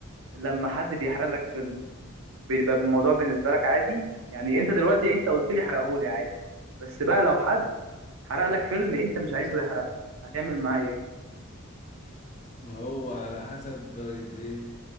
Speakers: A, on the right (about 65°); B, on the left (about 35°).
A: لما حد بيحرق لك فيلم بيبقى الموضوع بالنسبه لك عادي يعني انت دلوقتي انت قلت لي حرقهولي عادي بس بقى لو حد حرق لك فيلم انت مش عايزه يحرقه هتعمل معاه ايه
B: ما هو على حسب درجه ايه